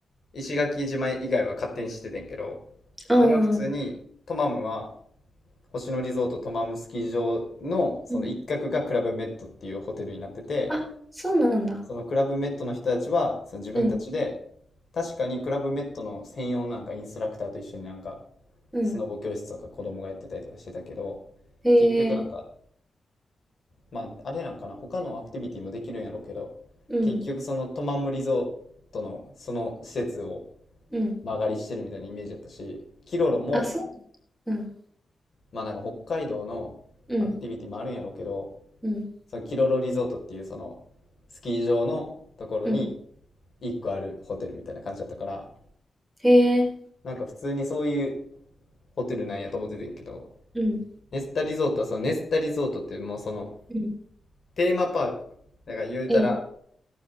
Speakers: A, on the left; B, in the centre.
A: 石垣島以外は勝手に知っててんけど、
B: ああ。
A: それは普通に、
B: う
A: トマムは、星野リゾートトマムスキー場のその一角がクラブメッドっていうホテルになってて、
B: ん。あ、そうなんだ。
A: そのクラブメットの人たちは、その自分たちで、
B: うん、
A: 確かにクラブメットの専用のなんかインストラクターと一緒になんか、
B: うん。
A: スノボ教室とか子供がやってたりとかしてたけど、
B: へえ、
A: 結局なんか、まあ、あれなんかな、他のアクティビティもできるんやろうけど、
B: うん、
A: 結局そのトマムリゾートのその施設を
B: うん。
A: 間借りしてるみたいなイメージだったし、キロロも、
B: あ、そう。うん、
A: まあなんか北海道のアクティビティもあるんやろうけど、
B: うん、うん、
A: そのキロロリゾートっていうそのスキー場のところに
B: うん。
A: 一個あるホテルみたいな感じだったから、
B: へえ、
A: なんか普通にそういうホテルなんやと思っててんけど、
B: うん、
A: ネスタリゾートはそのネスタリゾートってもうその
B: うん、
A: テーマパーク。だから言うたら、
B: うん、